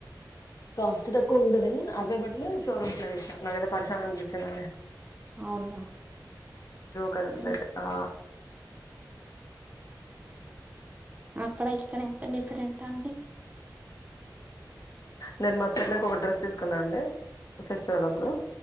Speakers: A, on the left; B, on the right.
A: కాస్ట్ త కొండది అబ్బయ బట్లో షోరూమ్ కలో చసాను నాకదతే పరిశ అనిపించింద
B: అవునా
A: జోకసలట్
B: ఉమ్
A: ఆ ఉమ్
B: అక్కడ ఇక్కడ ఎంత డిఫరెంట్ అండి
A: నేను మా స్ట్లోకి ఒక డ్రెస్ తీసుకున్నా అండి ఫెస్టివల్ అప్పుడు